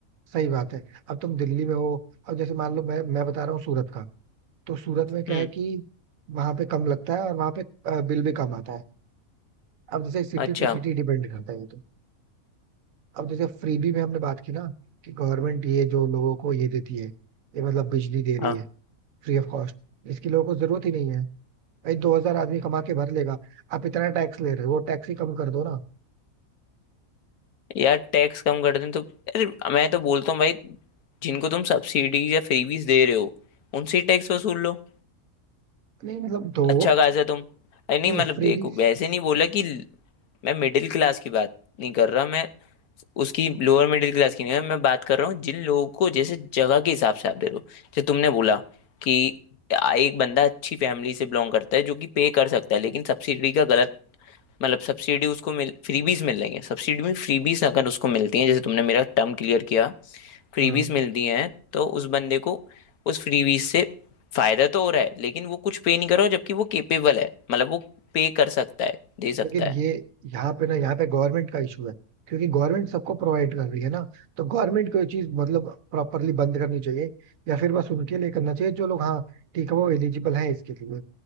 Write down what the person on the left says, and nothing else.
हम्म
अच्छा
हाँ।
यार टैक्स कम कर दें तो अरे मैं तो बोलता हूँ भाई जिनको तुम सब्सिडीज या फ्रीबीज दे रहे हो उनसे ही टैक्स वसूल लो
अच्छा खासा तुम अरे नहीं
मतलब
देखो
वैसे नहीं बोला कि ल- मैं मिडिल क्लास की बात नहीं कर रहा मैं उसकी लोअर मिडिल क्लास की नहीं है, मैं बात कर रहा हूँ जिन लोगों को जैसे जगह के हिसाब से आप दे रहे हो जैसे तुमने बोला कि आ- एक बंदा अच्छी फैमिली से बिलोंग करता है जो कि पे कर सकता है लेकिन सब्सिडी का गलत मतलब सब्सिडी उसको मिल फ्रीबीज मिल रही है सब्सिडी में फ्रीबीज अगर उसको मिलती है जैसे तुमने मेरा टर्म क्लियर किया फ्रीबीज
मिलती हैं तो उस बंदे को उस फ्रीबीज से फायदा तो हो रहा है लेकिन वो कुछ पे नहीं कर रहा जबकि वो केपेबल है मतलब वो पे कर सकता है दे सकता
है